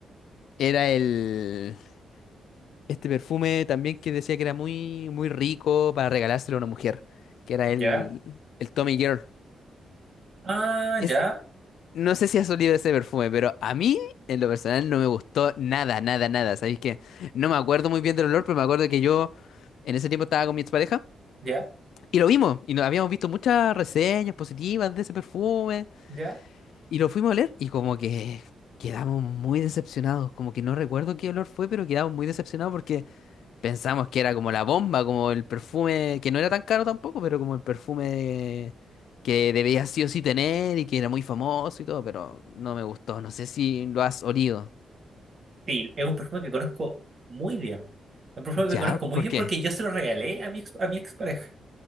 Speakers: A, on the left; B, on the right.
A: era el este perfume también que decía que era muy muy rico para regalárselo a una mujer, que era
B: Ya.
A: el el Tommy Girl.
B: Ah,
A: Es
B: ya,
A: no sé si has olido ese perfume, pero a mí en lo personal no me gustó nada, nada, nada. ¿Sabéis que No me acuerdo muy bien del olor, pero me acuerdo que yo en ese tiempo estaba con mi expareja
B: ya,
A: y lo vimos y no, habíamos visto muchas reseñas positivas de ese perfume.
B: ya.
A: Y lo fuimos a oler y como que quedamos muy decepcionados, como que no recuerdo qué olor fue, pero quedamos muy decepcionados porque pensamos que era como la bomba, como el perfume, que no era tan caro tampoco, pero como el perfume que debía sí o sí tener y que era muy famoso y todo, pero no me gustó, no sé si lo has olido.
B: Sí, es un perfume que conozco muy bien. Un perfume
A: ¿Ya?
B: que conozco muy
A: ¿Por
B: bien
A: qué?
B: porque yo se lo regalé a mi, ex- a mi expareja.